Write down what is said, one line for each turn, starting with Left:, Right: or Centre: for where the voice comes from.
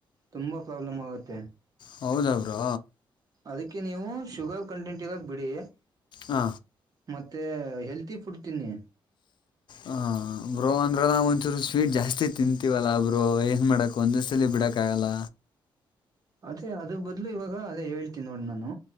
Right: ತುಂಬಾ ಪ್ರಾಬ್ಲಮ್ ಆಗುತ್ತೆ
Left: ಹೌದ ಅವರು
Right: ಅದಕ್ಕೆ ನೀವು ಶುಗರ್ ಕಂಟೆಂಟ್ ಇರೋ ಬಿಡಿ
Left: ಹ
Right: ಮತ್ತೆ ಹೆಲ್ತಿ ಫುಡ್ ತಿನ್ನಿ
Left: ಹಾಂ ಬ್ರೋ ಅಂದ್ರ ನಾ ಒಂಚೂರು ಸ್ವೀಟ್ ಜಾಸ್ತಿ ತಿಂತೀವಲ್ಲಾ ಬ್ರೋ ಏನ್ ಮಾಡಾಕಕ್ ಒಂದ್ ಸಲಿ ಬಿಡಕಾಗಲ್ಲ
Right: ಅದೇ ಅದ ಬದಲು ಇವಾಗ ಅದೇ ಹೇಳ್ತೀನಿ ನೋಡ್ ನಾನು